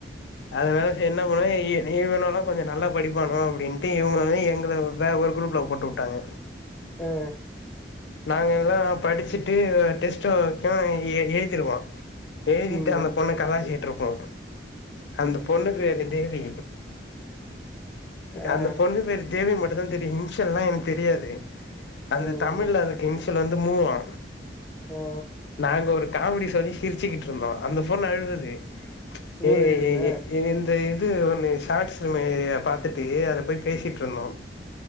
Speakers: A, on the left (about 75°); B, in the centre.
A: அதனால செரி என்ன பண்ணுவ இ இவனாலு கொஞ்சோ நல்லா படிப்பானோ அப்டின்ட்டு இவ்ங்லோடவே எங்ள வே ஒரு குரூப் ல போட்டு உட்டாங்க
B: ஆ
A: நாங்கெல்லா படிச்சிட்டு டெஸ்ட்டு வெக்கை எ எழுதிருவோ எழுதிட்டு
B: ம்
A: அந்த பொண்ணு கலாய்ச்சிட்ருப்போ அந்த பொண்ணு பேரு தேவி
B: ஆ
A: அந்த பொண்ணு பேரு தேவி மட்டுந்தா தெரியு இன்ஷல்லா எனக்கு தெரியாது அந்த
B: ம்
A: தமிழ்ல அதுக்கு இன்ஷியல் வந்து மூ வா
B: ஆ
A: நாங்க ஒரு காமெடி சொல்லி சிரிச்சிக்கிட்டு இருந்தோ அந்த பொண்ணு அழுவுது
B: மூதேவினா
A: ஏ ஏ ஏ ஏ இது இந்த இந் இது ஒன்னு ஷார்ட்ஸு மேரிய பாத்துட்டு அது போய் பேசிட்ருந்தோ